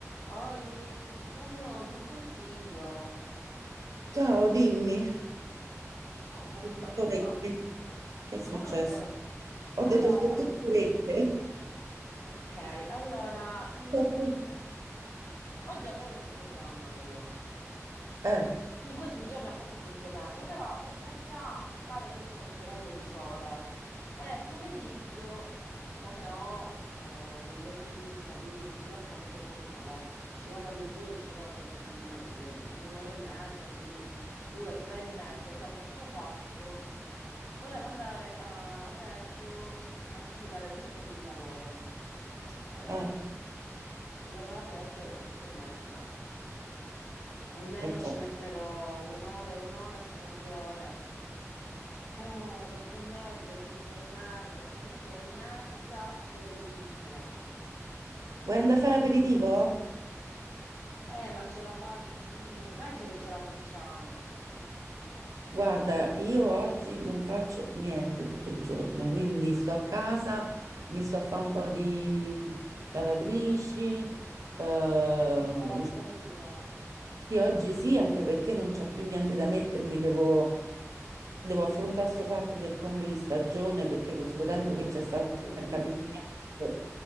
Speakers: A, on the left; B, on the right.
A: Poi ho bisogno di un consiglio.
B: Ciao, dimmi,
A: Sono un po'
B: sono
A: combattuta.
B: tutto orecchie. Che è successo?
A: Come? Eh.
B: Ho
A: Allora,
B: detto sono tutto orecchie.
A: ok, allora, mm,
B: <laughs>
A: oggi avevo un programma io.
B: Eh,
A: In questi giorni ha fatto brutto tempo, però in realtà pare che c'è uno spiraglio di sole. E pomeriggio, siccome ho eh, l- l'estetista, quindi mi blocca mezza giornata, ci vado alle due, uscirò almeno per l'una, le- in un'ora e mezza, quindi due, tre e mezza, toh, facciamo quattro. Volevo andare a Reggio a espletare delle cose di lavoro, però
B: eh,
A: arriverò a Reggio alle quattro e mezza. Almeno
B: eh,
A: ci
B: ciao.
A: metterò un'ora e un'ora, si fanno due ore. Oh, quattro e mezza, cinque e mezza, per le sei e mezza dovrei finire.
B: Vuoi andare a fare aperitivo?
A: Eh, ma ce la fa... Non, non penso che ce la facciamo.
B: Guarda, io oggi non faccio niente tutto il giorno, quindi sto a casa, mi sto a fare un po'
A: Mm.
B: di lavatrici, eh,
A: Oggi fai la casalinga?
B: Sì, oggi sì, anche perché non c'ho più niente da mettermi, devo, devo affrontare sto fatto del cambio di stagione perché con sto tempo
A: Mm,
B: che c'è stato
A: Che
B: senza
A: lo dici?
B: capire niente,